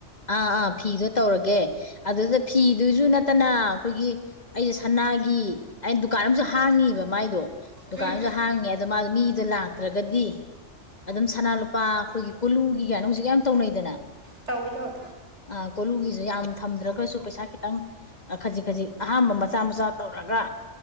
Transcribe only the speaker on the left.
ꯑꯥ ꯑꯥ ꯐꯤꯗꯣ ꯇꯧꯔꯒꯦ ꯑꯗꯨꯗ ꯐꯤꯗꯨꯁꯨ ꯅꯠꯇꯅ ꯑꯩꯈꯣꯏꯒꯤ ꯑꯩꯁꯦ ꯁꯅꯥꯒꯤ ꯑꯩꯅ ꯗꯨꯀꯥꯟ ꯑꯃꯁꯨ ꯍꯥꯡꯉꯤꯕ ꯃꯥꯏꯗꯣ ꯗꯨꯀꯥꯟ
ꯑꯃꯁꯁꯨ ꯍꯥꯡꯉꯦ ꯑꯗꯣ ꯃꯥꯗꯣ ꯃꯤꯗꯣ ꯂꯥꯛꯇ꯭ꯔꯒꯗꯤ ꯑꯗꯨꯝ ꯁꯅꯥ ꯂꯨꯄꯥ ꯑꯩꯈꯣꯏꯒꯤ ꯀꯨꯂꯨꯒꯤ ꯀꯥꯏꯅꯣ ꯍꯧꯖꯤꯛ ꯌꯥꯝ ꯇꯧꯅꯩꯗꯅ
ꯑ ꯀꯣꯂꯨꯒꯤꯁꯨ ꯌꯥꯝ ꯊꯝꯗ꯭ꯔꯒꯁꯨ ꯄꯩꯁꯥ ꯈꯤꯇꯪ ꯈꯖꯤꯛ ꯈꯖꯤꯛ ꯑꯍꯥꯝꯕ ꯃꯆꯥ ꯃꯆꯥ ꯇꯧꯔꯒ